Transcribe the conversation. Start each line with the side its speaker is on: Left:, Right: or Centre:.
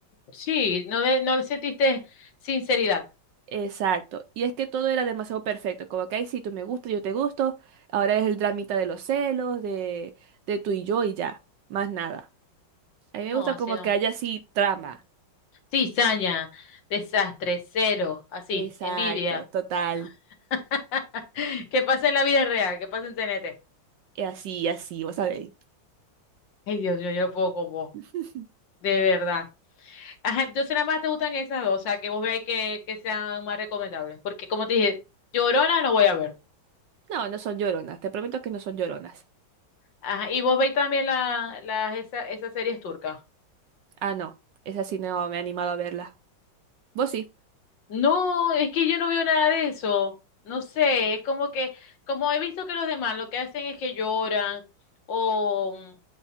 Left: Sí, no, le- no le sentiste sinceridad.
Right: Exacto. Y es que todo era demasiado perfecto. Como que, ay, sí, tú me gustas, yo te gusto. Ahora es el dramita de los celos, de, de tú y yo y ya. Más nada. A mí
Left: No,
Right: me gusta
Left: así
Right: como
Left: no.
Right: que haya así trama.
Left: Cizaña, desastre, celo, así,
Right: Exacto,
Left: envidia.
Right: total.
Left: <laughs> Que pasa en la vida real, que pasa en TNT.
Right: Y así, y así, vas a ver.
Left: Ay, Dios mío, yo no puedo con vos,
Right: <laughs>
Left: de verdad. Ajá, entonces nada más te gustan esas dos, o sea, que vos veáis que, que sean más recomendables. Porque como te dije, llorona no voy a ver.
Right: No, no son lloronas, te prometo que no son lloronas.
Left: Ajá, y vos veis también la, las, esa- esas series turcas.
Right: Ah, no, esa sí no me he animado a verla. Vos sí.
Left: No, es que yo no veo nada de eso. No sé, es como que, como he visto que los demás lo que hacen es que lloran o,